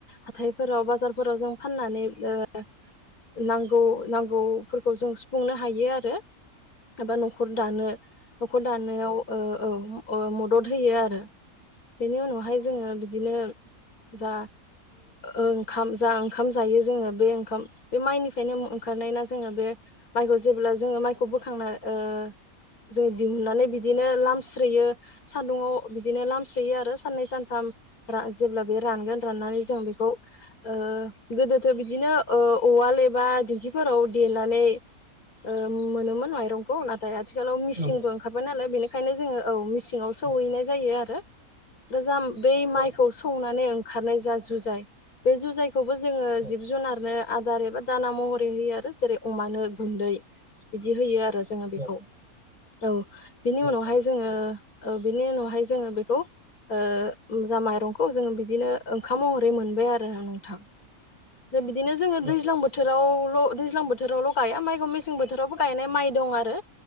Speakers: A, on the left; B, on the right.
A: हाथायफोराव बाजारफोराव जों फाननानै ओ नांगौ नांगौफोरखौ जों सुफुंनो हायो आरो एबा न'खर दानो न'खर दानायाव ओ औ ओ मदद होयो आरो बेनि उनावहाय जोङो बिदिनो जा ओंखाम जा ओंखाम जायो जोंङो बे ओंखाम बे माइनिफ्रायनो ओंखारनायना जोङो बे माइखौ जेब्ला जोंङो मायखौ बोखांना ओ जोङो दिहुनन्नानै बिदिनो लामस्रोयो सान्दुङाव बिदिनो लामस्रोयो आरो साननै सानथाम जेब्ला बे रानगोन राननानै जों बेखौ ओ गोदोथ' बिदिनो ओ अवाल एबा दिंखिफोराव देनानै ओ मोनोमोन माइरंखौ नाथाय आ थिखालाव मिसिंबो
B: ओ नंगौ
A: ओंखारबाय नालाय बेनिखायनो जोङो औ मिसिंआव सौहैनाय
B: औ
A: जायो आरो दा जा बै माइखौ
B: औ
A: सौनानै ओंखारनाय जा जुजाय बे जुजायखौ बो जोङो
B: औ
A: जिब जुनारनो आदार एबा दाना महरै होयो आरो जेरै अमानो गुन्दै बिदि होयो आरो जोङो
B: औ
A: बेखौ औ बिनि
B: नंगौ
A: उनावहाय जोङो बिनि उनावहाय जोङो बेखौ ओ जा माइरंखौ जोङो बिदिनो ओंखाम महरै मोनबाय आरो नोंथां। आरो बिदिनो जोङो दैज्लां
B: नंगौ ओ
A: बोथोरावल' दैज्लां बो रावल' गया माइखौ मेसें बोथोरावबो गायनाय माइ दं आरो